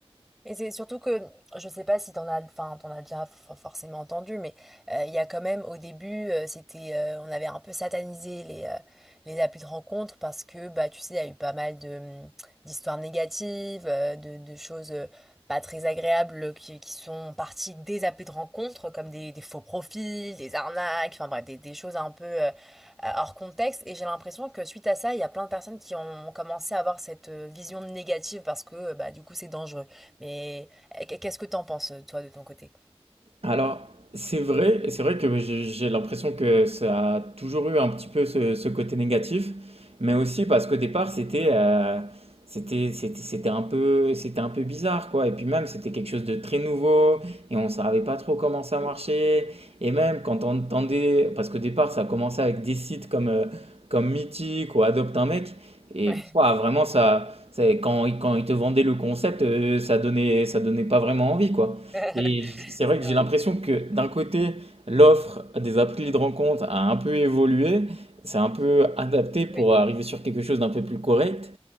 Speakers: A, in the centre; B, on the right.
A: Et c'est surtout que, je sais pas si t'en as, enfin, t'en as déjà f- forcément entendu, mais euh, il y a quand même, au début, euh, c'était, euh, on avait un peu satanisé les, euh, les applis de rencontre parce que, bah, tu sais, il y a eu pas mal de, hum, d'histoires négatives, euh, de, de choses euh, pas très agréables qui, qui sont parties des applis de rencontre, comme des, des faux profils, des arnaques, enfin bref, des, des choses un peu euh, euh, hors contexte. Et j'ai l'impression que suite à ça, il y a plein de personnes qui ont commencé à avoir cette euh, vision négative parce que, euh, bah, du coup, c'est dangereux. Mais euh, qu'est-ce que t'en penses, toi, de ton côté?
B: Alors, c'est vrai, c'est vrai que j'ai j'ai l'impression que ça a toujours eu un petit peu ce, ce côté négatif, mais aussi parce qu'au départ, c'était euh, c'était c'était c'était un peu c'était un peu bizarre quoi. Et puis même, c'était quelque chose de très nouveau et on savait pas trop comment ça marchait. Et même quand on entendait, parce qu'au départ, ça a commencé avec des sites comme euh, comme Mythique ou Adopte un mec. Et
A: Ouais,
B: ouah, vraiment, ça, ça- quand, ils- quand ils te vendaient le concept, euh, ça donnait ça donnait pas vraiment envie quoi.
A: <laughs>
B: Et j- c'est vrai
A: c'est
B: que j'ai
A: vrai.
B: l'impression que d'un côté, l'offre des applis de rencontre a un peu évolué, s'est un peu
A: <laughs>
B: adapté pour
A: Oui.
B: arriver sur quelque chose d'un peu plus correct.